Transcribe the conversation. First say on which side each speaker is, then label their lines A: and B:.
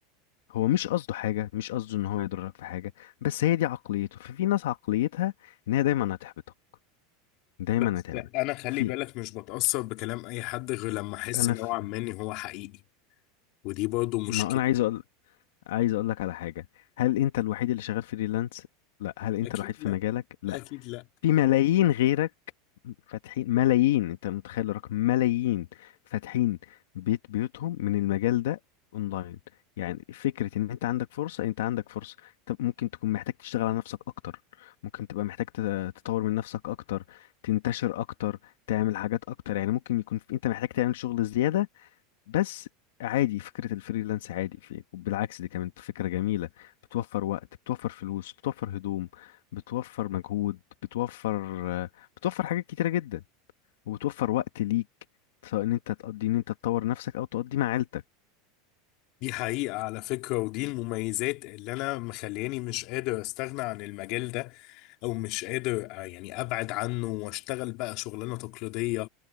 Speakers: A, on the left; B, on the left.
A: هو مش قصده حاجة مش قصده ان هو يضرك في حاجة بس هي دي عقليته ففي ناس عقليتها ان هي دايما هتحبطك دايما
B: بس
A: هتعملك
B: أنا خلي
A: في
B: بالك مش بتأثر بكلام أي حد غير لما أحس
A: انا
B: نوعا
A: في
B: ما إن هو حقيقي ودي برضو مشكلة
A: ما انا عايز اقول عايز اقول لك على حاجة هل انت الوحيد اللي شغال فريلانس لا هل انت
B: أكيد
A: الوحيد في
B: لا
A: مجالك لا
B: أكيد لا
A: في ملايين غيرك فاتحين ملايين انت متخيل الرقم ملايين فاتحين بيت بيوتهم من المجال ده اونلاين يعني فكرة ان انت عندك فرصة انت عندك فرصة طب ممكن تكون محتاج تشتغل على نفسك اكتر ممكن تبقى محتاج تت- تطور من نفسك اكتر تنتشر اكتر تعمل حاجات اكتر يعني ممكن يكون في- انت محتاج تعمل شغل زيادة بس عادي فكرة الفريلانس عادي في إيه؟ وبالعكس دي كمان فكرة جميلة بتوفر وقت بتوفر فلوس بتوفر هدوم بتوفر مجهود بتوفر آه، بتوفر حاجات كتيرة جدا وبتوفر وقت ليك سواء ان انت تقضي ان انت تطور نفسك او تقضي مع عيلتك
B: دي حقيقة على فكرة ودي المميزات اللي أنا مخلياني مش قادر أستغنى عن المجال ده أو مش قادر آه، يعني أبعد عنه وأشتغل بقى شغلانة تقليدية